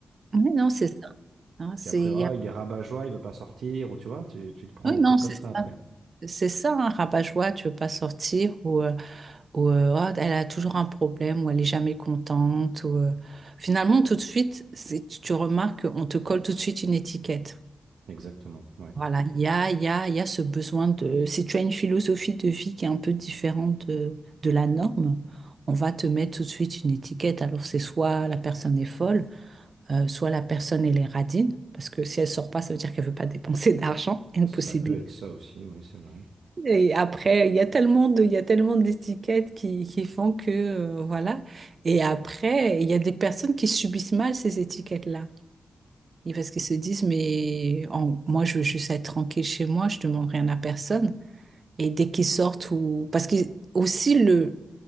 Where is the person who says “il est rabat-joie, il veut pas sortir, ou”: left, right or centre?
Right